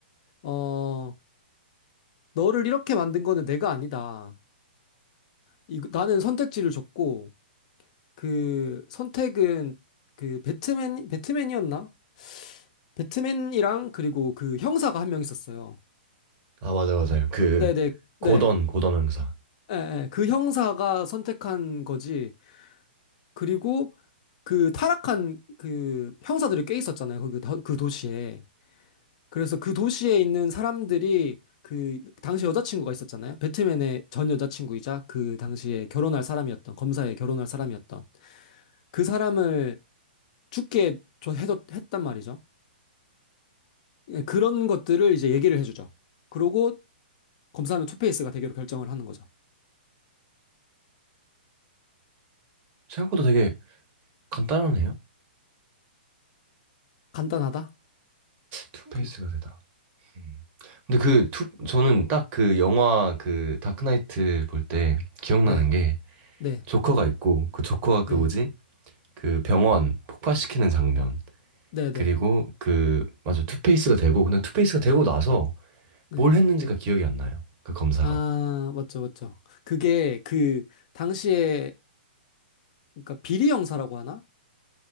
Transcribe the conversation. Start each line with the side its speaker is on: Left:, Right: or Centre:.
Left: 어, 너를 이렇게 만든 거는 내가 아니다. 이, 나는 선택지를 줬고 그 선택은 그 배트맨 배트맨이었나? 배트맨이랑 그리고 그 형사가 한 명 있었어요.
Right: 아, 맞아, 맞아요. 그,
Left: 네네 네.
Right: 고던, 고던 형사.
Left: 예, 예. 그 형사가 선택한 거지. 그리고 그 타락한 그 형사들이 꽤 있었잖아요. 그, 그, 도- 그 도시에. 그래서 그 도시에 있는 사람들이 그 당시 여자친구가 있었잖아요. 배트맨의 전 여자친구이자 그 당시에 결혼할 사람이었던 검사에 결혼할 사람이었던 그 사람을 죽게 저 해줬, 했단 말이죠. 예, 그런 것들을 이제 얘기를 해주죠. 그러고 검사는 투페이스가 되기로 결정을 하는 거죠.
Right: 생각보다 되게 간단하네요.
Left: 간단하다?
Right: 투페이스가
Left: 간-
Right: 되다. 음. 근데 그
Left: 음.
Right: 투, 저는 딱 그 영화 그 다크나이트 볼 때 기억나는
Left: 네,
Right: 게
Left: 네,
Right: 조커가 있고 그 조커가 그
Left: 네,
Right: 뭐지? 그 병원 폭발시키는 장면.
Left: 네, 네,
Right: 그리고 그 맞아 투페이스가 되고 근데 투페이스가 되고 나서
Left: 네.
Right: 뭘 했는지가 기억이 안 나요. 그 검사가.
Left: 아, 맞죠, 맞죠. 그게 그 당시에 그러니까 비리 형사라고 하나?